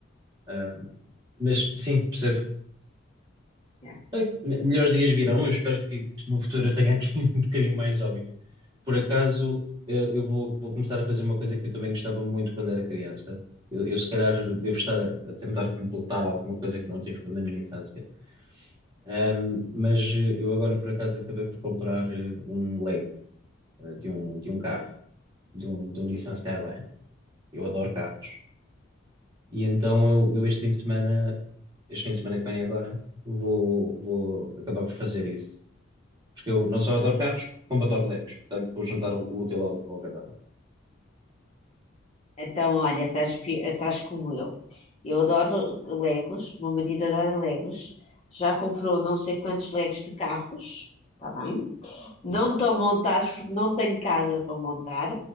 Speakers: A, on the right (about 20°); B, on the left (about 35°).
A: Ahm, mas sim, percebo.
B: yeah.
A: Bem, me- melhores dias virão, eu espero que, que no futuro eu tenha aqui <laughs> um bocadinho mais óbvio. Por acaso, eu, eu vou, vou começar a fazer uma coisa que eu também gostava muito quando era criança. Eu, eu, se calhar, devo estar a, a tentar completar alguma coisa que não tive na minha infância. Ahm, mas eh, eu agora, por acaso, acabei por comprar eh, um Lego eh, de um, de um carro, de um, de um Nissan Skyline. Eu adoro carros. E então, eu, eu este fim de semana, este fim de semana que vem agora, vou, vou acabar por fazer isso. Porque eu não só adoro carros, como adoro Legos. Portanto, vou juntar o, o útil ao, ao agradável.
B: Então, olha, estás, pi- estás como eu. Eu adoro Legos, meu marido adora Legos, já comprou não sei quantos Legos de carros, está bem? Não estão montados porque não tenho casa para montar,